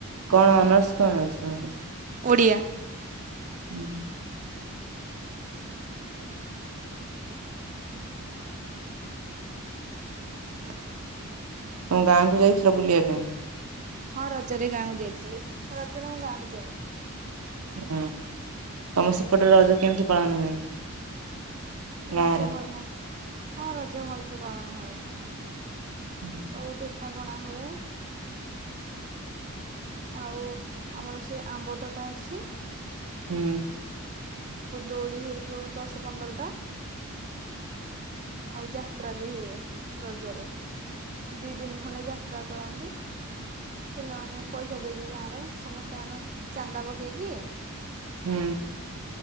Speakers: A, on the right; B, on the right.
A: କଣ, ଅନର୍ସ କଣ ଅଛି ତମର?
B: ଓଡ଼ିଆ।
A: ହୁଁ।
B: <inaudible>
A: ତମ ଗାଁ କୁ ଯାଇଛି ତ ବୁଲିବା ପାଇଁ।
B: ହଁ ରଜରେ ଗାଁକୁ ଯାଇଥିଲି। ରଜରେ ମୁଁ ଗାଁକୁ ଯାଏ।
A: ହଁ। ତମ ସେପଟରେ, ରଜ କେମିତି ପାଳନ ହୁଏ?
B: ରଜ
A: ଗାଁରେ?
B: ବଢ଼ିଆ। ହଁ, ରଜ ଭଲସେ ପାଳନ ହୁଏ।
A: <inaudible>
B: ସବୁ ପିଠାପଣା ହୁଏ। ଆଉ, ଆମର ସେ ଆମ୍ବତୋଟା ଅଛି
A: ହୁଁ।
B: ଦୋଳି ହେଇଯିବ, ଦଶ ପନ୍ଦରଟା। ଆଉ ଯାତ୍ରା ବି ହୁଏ, ରଜରେ। ଦି ଦିନ ଖଣ୍ଡେ ଯାତ୍ରା କରନ୍ତି। ପିଲାମାନେ ପଇସା ଦେଇକି ଗାଁରେ। ସମସ୍ତେ ମାନେ ଚାନ୍ଦା ପକେଇକି
A: ହୁଁ।